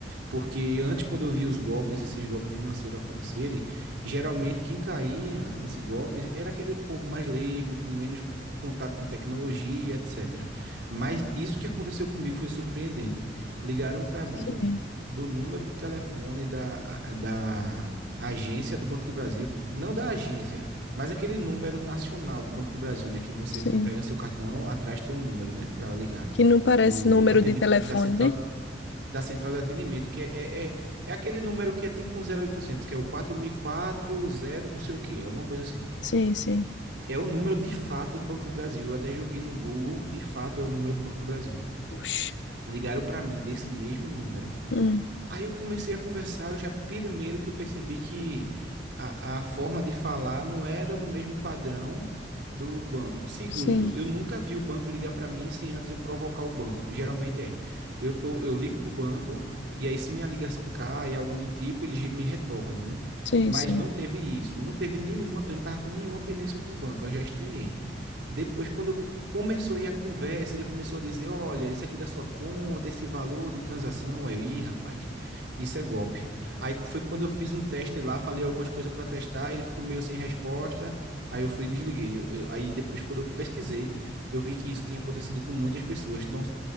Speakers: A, on the right (about 70°); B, on the left (about 70°).
A: Porque antes, quando eu via os golpes, esses golpes financeiros acontecerem, geralmente quem caía nesse golpe era aquele povo mais leigo, com menos contato com tecnologia, etc. Mas isso que aconteceu comigo foi surpreendente. Ligaram para mim
B: Sim,
A: do número do telefone da, da agência do Banco do Brasil, não da agência, mas aquele número nacional do Banco do Brasil, né? Que você,
B: sim.
A: quando pega seu cartão, atrás tem um número, né? Para ligar.
B: Que não parece
A: Do,
B: número
A: atendi,
B: de telefone,
A: da central
B: né?
A: da central de atendimento, que é, é, é é aquele número que é tipo um zero oitocentos que é o 4040 não sei o quê, alguma coisa assim.
B: Sim, sim.
A: É o número de fato do Banco do Brasil. Eu até joguei no Google, de fato é o número do Banco do Brasil.
B: Oxi.
A: Ligaram para mim desse mesmo número
B: Hum,
A: Aí eu comecei a conversar, eu já primeiro que eu percebi que a, a forma de falar não era no mesmo padrão do banco. Segundo,
B: sim,
A: eu nunca vi o banco ligar para mim sem antes eu provocar o banco. Geralmente é, eu tô, eu ligo para o banco e aí se minha ligação cai, algo do tipo, eles me retornam, né?
B: sim,
A: Mas
B: sim.
A: não teve isso, não teve nenhuma, eu não tava com nenhuma pendência com o banco, eu já estranhei. Depois, quando começou a ir a conversa, ele começou a dizer: Olha, isso aqui da sua conta, esse valor de transação. Aí eu, ih, rapaz, isso é golpe. Aí foi quando eu fiz um teste lá, falei algumas coisas para testar, ele ficou meio sem resposta. Aí eu fui e desliguei. Eu- eu- aí depois, quando eu pesquisei, eu vi que isso tinha acontecido com muitas pessoas. Estão estão